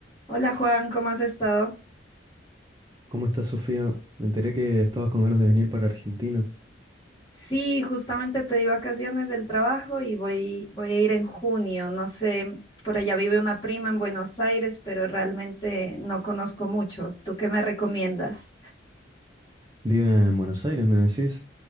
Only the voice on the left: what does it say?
Hola Juan, ¿cómo has estado?
Sí, justamente pedí vacaciones del trabajo y voy, voy a ir en junio. No sé, por allá vive una prima en Buenos Aires, pero realmente no conozco mucho. ¿Tú qué me recomiendas?